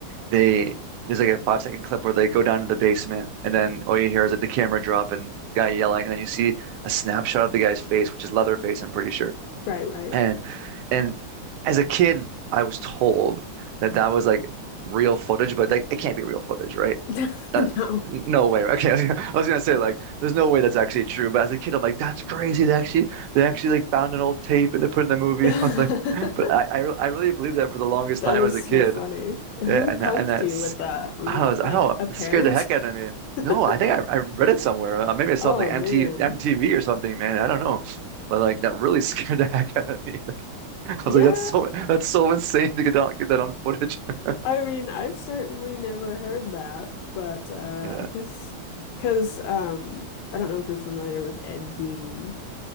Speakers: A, on the right (about 80°); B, on the left (about 80°).
A: they there's like a five second clip where they go down to the basement, and then all you hear is like the camera drop and guy yelling, and then you see a snapshot of the guy's face, which is Leatherface, I'm pretty sure.
B: Right, right.
A: And and as a kid, I was told that that was like real footage, but like it can't be real footage, right?
B: <laughs>
A: that
B: No.
A: no way. Okay, <laughs> I was gonna say like there's no way that's actually true. But as a kid, I'm like that's crazy. They actually they actually like found an old tape and they put it in the movie.
B: <laughs>
A: <laughs> I was like, but I I, re- I really believed that for the longest
B: That
A: time
B: is
A: as a
B: so
A: kid.
B: funny. Who
A: Yeah, and
B: punked
A: that- and that's
B: you with that? Was
A: I
B: it
A: was I
B: like
A: don't know,
B: a parent?
A: it scared the heck out of
B: <laughs>
A: me. No, I think I, I read it somewhere. Uh, maybe I saw
B: Oh
A: it on like MT,
B: man.
A: MTV or something, man. I don't know. But like that really <laughs> scared the heck out of me. <laughs> Like I
B: Yeah,
A: was like, that's so that's so insane to get on get that on footage. <laughs>
B: I mean, I've certainly never heard that, but uh
A: Yeah.
B: I guess because um I don't know if you're familiar with Ed Gein.